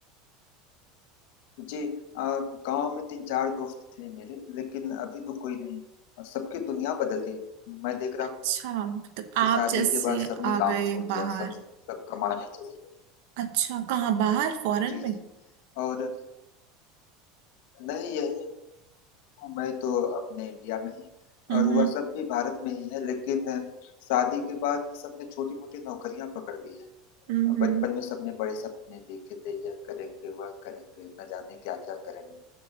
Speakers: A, on the left; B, on the right.
A: जी अ, गांव में तीन चार दोस्त थे मेरे लेकिन अभी तो कोई नहीं अ, सबकी दुनिया बदल गई मैं देख रहा
B: अच्छा
A: हूँ
B: मतलब
A: कि
B: आप
A: शादी
B: जैसे
A: के बाद सबने
B: आ
A: गांव
B: गए
A: छोड़ दिया
B: बाहर
A: सब सब कमाने चले गए
B: अच्छा कहाँ बाहर फॉरेन
A: जी
B: में
A: जी और नहीं यही हूँ, मैं तो अपने इंडिया में ही
B: हम्म
A: और वह सब भी भारत में ही है लेकिन शादी के बाद सबने छोटी मोटी नौकरियां पकड़ ली है
B: हम्म हम्म,
A: बचपन में सबने बड़े सपने देखे थे यह करेंगे वह करेंगे न जाने क्या क्या करेंगे